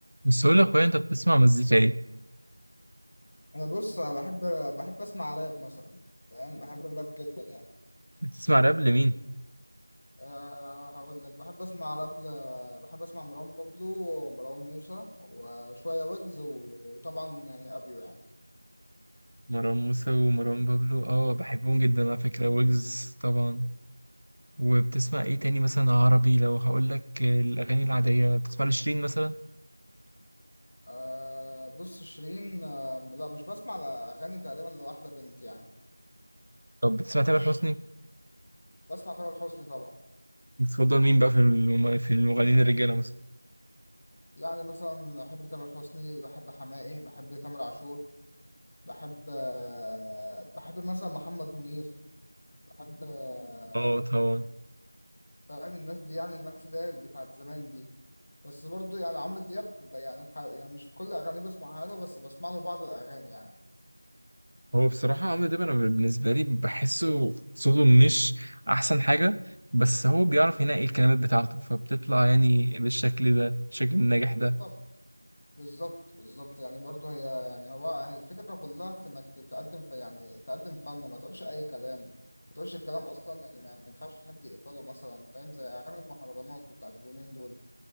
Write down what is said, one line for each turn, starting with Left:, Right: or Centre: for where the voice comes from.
Right: بس أقول لك أنت بتسمع مزيكا إيه؟
Left: انا بص انا بحب بحب اسمع راب مثلا فاهم بحب الراب جدا يعني
Right: بتسمع راب لمين؟
Left: أه هقول لك بحب اسمع راب ل... بحب اسمع مروان بابلو ومروان موسى وشويه ويجز و... وطبعا يعني ابيو يعني
Right: مروان موسى ومروان بابلو أه بحبهم جدا على فكرة ويجز طبعا وبتسمع إيه تاني مثلا عربي لو هقول لك الأغاني العادية بتسمع لشيرين مثلا؟
Left: أه بص شيرين أه لا مش بسمع لاغاني تقريبا لواحده بنت يعني
Right: طب بتسمع تامر
Left: مش...
Right: حسني؟
Left: بسمع تامر حسني طبعا
Right: بتفضل مين بقى في الم- في المغنيين الرجالة مثلا؟
Left: يعني مثلا بحب تامر حسني بحب حماقي بحب تامر عاشور بحب أه بحب مثلا محمد منير بحب آه،
Right: أه طبعا
Left: يعني الناس دي يعني الناس اللي هي بتاعت زمان دي بس برضو يعني عمرو دياب ب- يعني, ح... يعني مش كل أغانيه بسمعها له بس بسمع له بعض الأغاني يعني
Right: هو بصراحة عمرو دياب أنا بالنسبة لي بحسه صوته مش أحسن حاجة بس هو بيعرف ينقي الكلمات بتاعته فبتطلع يعني بالشكل ده الشكل الناجح
Left: بالظبط
Right: ده
Left: بالظبط بالظبط يعني برضو هي يعني هو هي الفكرة كلها في إنك تقدم في يعني تقدم فن ما تقولش أي كلام ما تقولش كلام أصلا يعني ما ما ينفعش حد يقبله مثلا فاهم زي أغاني المهرجانات بتاعت اليومين دول